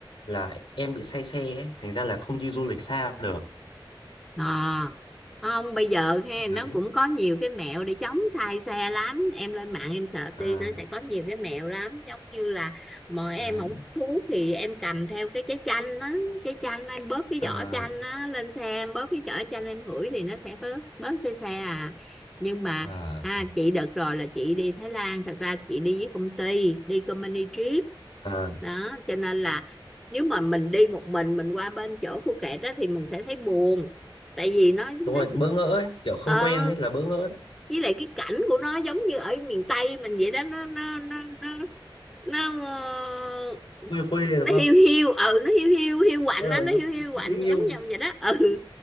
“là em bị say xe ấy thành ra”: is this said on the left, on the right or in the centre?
Left